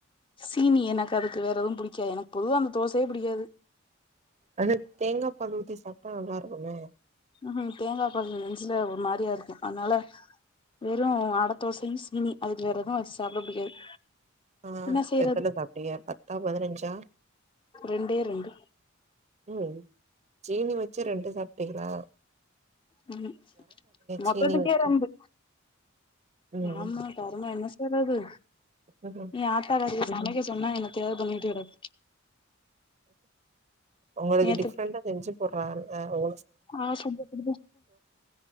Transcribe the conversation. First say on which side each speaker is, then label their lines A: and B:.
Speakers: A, on the left; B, on the right.
A: சீனி எனக்கு அதுக்கு வேற எதுவு புடிக்காது எனக்கு பொதுவா அந்த தோசையே புடிக்காது
B: அனா தேங்காய் பால் ஊத்தி சாப்பிட்டா நல்லா இருகுமே
A: ம்ஹூம் தேங்காய் பால் நெஞ்சுல ஒரு மாதிரியா இருக்கு அதனால வெறு அடை தோசை சீனி அதுக்கு வேற எதுவு வச்சு சாப்பிட புடிக்காது
B: ஆ
A: என்ன செய்யறது
B: எத்தன சாப்டிங்க பத்தா பதினஞ்சா
A: ரெண்டே ரெண்டு
B: உ சீனி வச்சே ரெண்டு சாப்பிட்டிங்கலா
A: ம் மொத்ததுக்கே
B: சீனி வச்சு
A: ரெண்டு
B: ம்
A: ஆமா கரும என்ன செய்றது
B: <unintelligible>
A: எ ஆத்தாகாரிய சமைக்க சொன்னா எனத்தையாது பண்ணிட்டு கெடக்கு
B: உங்களுக்கு
A: நேத்து
B: டிஃப்ரெண்டா செஞ்சு போடுறாங்கல்ல ஓ
A: ஆ சுடுது